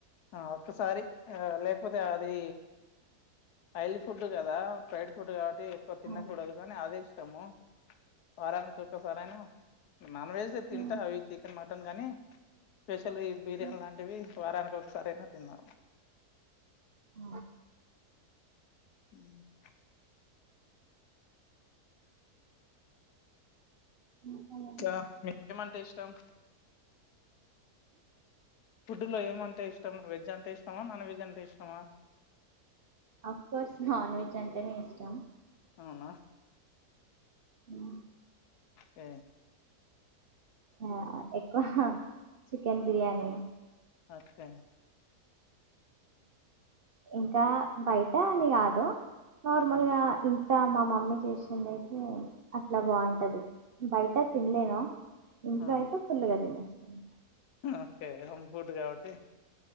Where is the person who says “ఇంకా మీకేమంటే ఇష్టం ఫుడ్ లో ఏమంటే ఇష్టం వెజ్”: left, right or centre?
Left